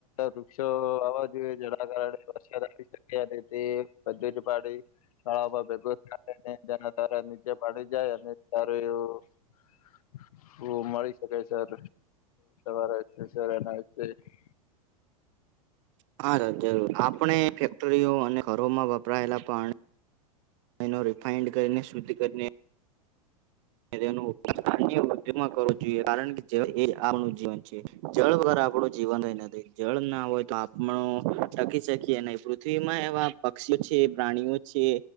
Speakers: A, on the left (about 75°); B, on the right (about 55°).
A: વૃક્ષો આવવા જોઈએ, જેના કારણે શકે અને તે ભ <unintelligible> પાડીે તાળાવમાં ભેગું થાય, તેના દ્વારા નીચે પાડી જાય, અને સારું એવું મળી શકાય, સર. રા <unintelligible> હ <unintelligible>
B: હા, જર આપણે ફેક્ટરીઓ અને ઘરોમાંપ વપરાયેલા પાણી રિફાઈન્ડ કરીને, શુદ્ધ કરીને ગ અન્ય વૃ્ધમાં કરવો જોઈએ, કારણ કે એ આપનું જીવન છે. જળ વગર આપણું જીવન હોય નથી, જળ ના હોય તો, આપણું ટકી શકીએ નહીં, પૃથ્વીમાં એવા પક્ષીઓ છે, પ્રાણીઓ છે,